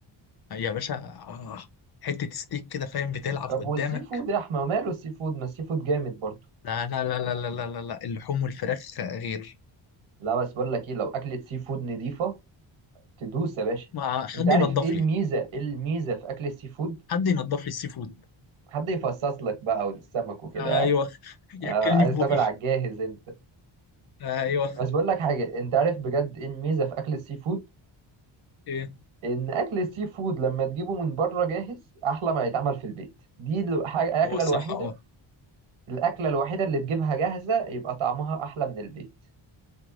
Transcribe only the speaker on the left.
يا باشا آه حته ستيك كده فاهم بتلعب
قدامك
لا لا لا لا لا لا لا, لا. اللحوم والفراخ غير
ما حد
ينضف
لي
حد ينضف لي السي فود
ايوه
ياكلني
في بقي
ايوه
ايه
هو الصراحه
اه